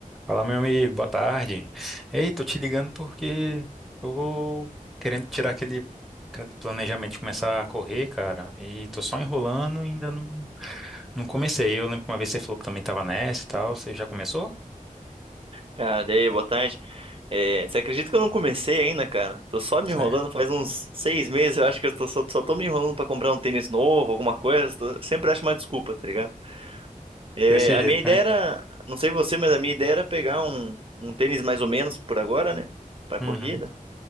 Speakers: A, in the centre; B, on the right.
A: Fala, meu amigo, boa tarde. Ei, tô te ligando porque tô querendo tirar aquele, aquele planejamento de começar a correr, cara, e tô só enrolando e ainda não, não comecei. Eu lembro que uma vez você falou que também tava nessa e tal, você já começou?
B: Cara, e aí, boa tarde. É, você acredita que eu não comecei ainda, cara? Tô só me
A: Certo.
B: enrolando faz uns seis meses, eu acho que eu tô, só, só tô me enrolando pra comprar um tênis novo, alguma coisa. tô- sempre acho uma desculpa, tá ligado? É,
A: Desse
B: a
A: jeito,
B: minha ideia
A: né?
B: era, não sei você, mas a minha ideia era pegar um, um tênis mais ou menos por agora, né? Pra
A: Uhum.
B: corrida.